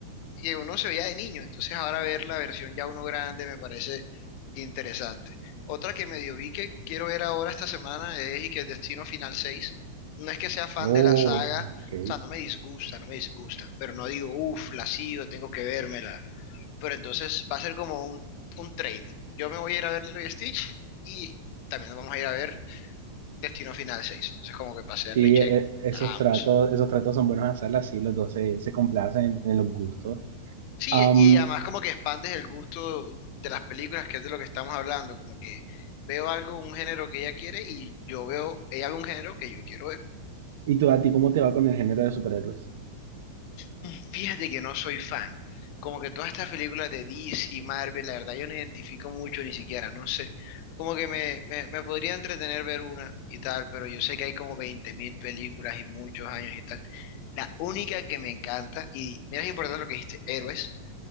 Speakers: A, on the left; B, on the right.
A: que uno se veía de niño. Entonces ahora ver la versión ya uno grande me parece interesante. Otra que medio vi que quiero ver ahora esta semana es y que Destino Final seis No es que sea fan
B: Oh,
A: de la saga,
B: ok.
A: o sea, no me disgusta, no me disgusta, pero no digo, uff, la sigo, tengo que vérmela pero entonces va a ser como un, un trade. Yo me voy a ir a ver Lilo y Stitch y también nos vamos a ir a ver Destino Final 6. Entonces como que pasearle
B: Sí,
A: check
B: e- esos
A: a
B: tratos,
A: ambos.
B: esos tratos son buenos hacerlas, sí, los dos se, se complacen en, los gustos.
A: Sí,
B: Am,
A: y además como que expandes el gusto de las películas, que es de lo que estamos hablando, como que veo algo, un género que ella quiere y yo veo, ella ve un género que yo quiero ver.
B: ¿y tú, a ti cómo te va con el género de superhéroes?
A: Mm, Fíjate que no soy fan. Como que todas estas películas de DC y Marvel, la verdad yo no identifico mucho ni siquiera, no sé. Como que me, me, me podría entretener ver una y tal, pero yo sé que hay como veinte mil películas y muchos años y tal. La única que me encanta, y mira, es importante lo que dijiste, héroes,